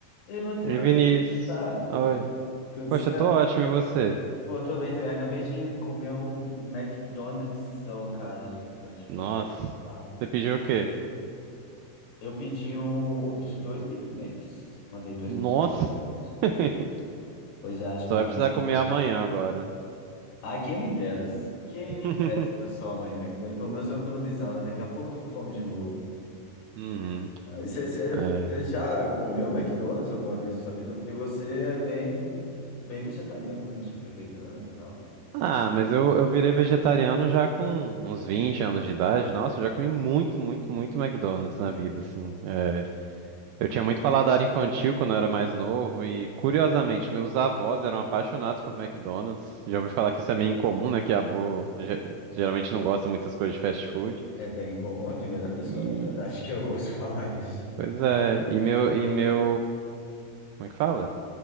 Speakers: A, on the left (about 75°); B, on the right (about 85°).
A: E aí, Matheus,
B: E Vinícius?
A: como tá?
B: Oi.
A: Tudo
B: Poxa,
A: certo?
B: eu tô ótimo, e você?
A: Pô, tô bem também. Acabei de comer um, um McDonald'são, cara, gigante, fiquei
B: Nossa.
A: atado.
B: Você pediu o quê?
A: Eu pedi um, eu pedi dois Big Macs. Mandei dois
B: Nossa.
A: Big Macs pra dentro.
B: <laughs>
A: Pois é, acho que
B: Só
A: eu
B: vai
A: me
B: precisar
A: empolguei.
B: comer amanhã agora, né?
A: Ah, quem me dera. Quem
B: <laughs>
A: me dera se fosse só amanhã, que daí pelo menos eu economizava. Daqui a pouco eu tô com fome de novo.
B: Uhum.
A: Ah, e Você você-
B: É.
A: você já comeu McDonald's alguma vez na sua vida? Porque você é bem, bem vegetariano, né? Já foi vegano e tal.
B: Ah, mas eu, eu virei vegetariano já com uns vinte anos de idade. Nossa, eu já comi muito, muito, muito McDonald's na vida, assim. É. Eu tinha muito paladar infantil quando eu era mais novo e, curiosamente, meus avós eram apaixonados por McDonald's. Já ouvi falar que isso é meio incomum, né? Que avô ge- geralmente não gosta muito das coisas de fast food.
A: É bem comum, é a primeira pessoa,
B: E,
A: na verdade, que eu ouço <laughs> falar isso.
B: pois é, e meu, e meu, como é que fala?